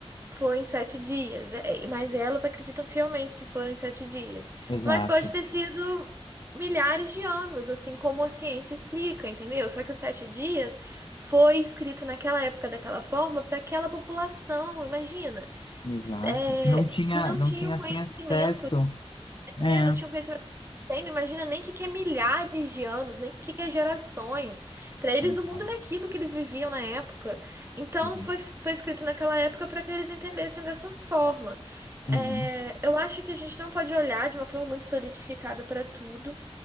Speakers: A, on the right; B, on the left.
A: foi em sete dias, é- é- mas elas acreditam fielmente que foram em sete dias.
B: Exato,
A: Mas pode ter sido milhares de anos, assim como a ciência explica, entendeu? Só que os sete dias foi escrito naquela época daquela forma para aquela população, imagina
B: exato.
A: s- é,
B: Não tinha,
A: que não
B: não
A: tinha
B: tinha
A: o conhecimento
B: assim acesso. É.
A: é, não tinha um conhecimento. Tem, imagina nem que que é milhares de anos, nem que que é gerações. Para eles
B: Exato.
A: o mundo era aquilo que eles viviam na época. Então
B: Uhum.
A: foi, foi escrito naquela época para que eles entendessem dessa forma.
B: Uhum.
A: É, eu acho que a gente não pode olhar de uma forma muito solidificada para tudo.